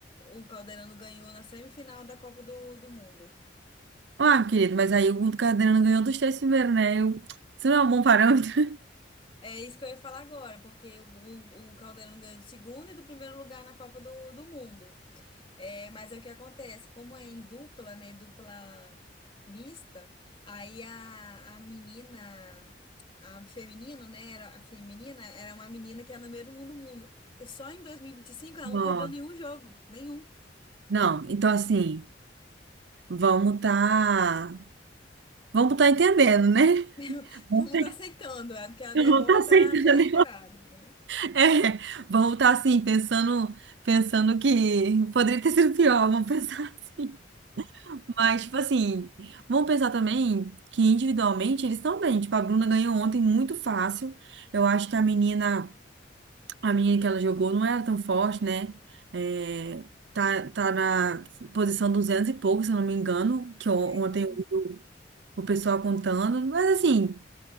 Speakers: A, on the left (about 30°); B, on the right (about 70°).
A: o Calderano ganhou na semifinal da Copa do, do Mundo.
B: Ah, querido, mas aí o Cardenas ganhou dos três primeiros, né? Eu... Isso não é um bom parâmetro.
A: É isso que eu ia falar agora, porque o, o, o Calderano ganhou do segundo e do primeiro lugar na Copa do, do Mundo. É, mas é o que acontece, como é em dupla, né, dupla mista, aí a, a menina, a feminino, né, era, a feminina era uma menina que era número um do mundo. E só em dois mil e e vinte e cinco ela
B: <laughs>
A: não
B: Ó,
A: perdeu nenhum jogo, nenhum.
B: não, então assim, vamos tá. Vamos tá entendendo, né?
A: <laughs>
B: Vamos
A: Vamos
B: tá
A: estar aceitando, né, porque a derrota
B: vamos tá aceitando.
A: já é esperada, né?
B: <laughs> É, vamos tá assim, pensando, pensando que poderia ter sido pior, vamos pensar assim. Mas, tipo assim, vamos pensar também que individualmente eles estão bem. Tipo, a Bruna ganhou ontem muito fácil. Eu acho que a menina, a menina que ela jogou não era tão forte, né? É, tá, tá na posição 200 e pouco, se eu não me engano, que on-
A: É, tá
B: ontem
A: em um.
B: o pessoal contando. Mas, assim.